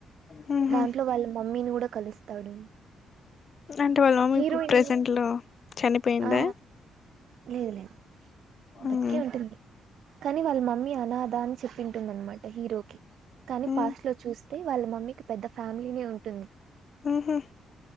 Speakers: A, on the left; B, on the right.
A: మ్మ్ హ్మ్
B: దాంట్లో వాళ్ళ మమ్మీని కూడా కలుస్తాడు.
A: దాంట్లో వాళ్ళ మమ్మీ
B: హీరోయిన్
A: ఇప్పుడు ప్రెజెంట్ లో చనిపోయిందా.
B: ఆ లేదు లేదు బతికే
A: మ్మ్
B: ఉంటుంది కానీ వాళ్ళ మమ్మీ అనాదా అని చెప్పింటుందనమాట హీరో కి కానీ
A: మ్మ్
B: పాస్ట్ లో చూస్ తే వాళ్ళ మమ్మీకి పెద్ద ఫ్యామిలీనే ఉంటుంది.
A: ఊహు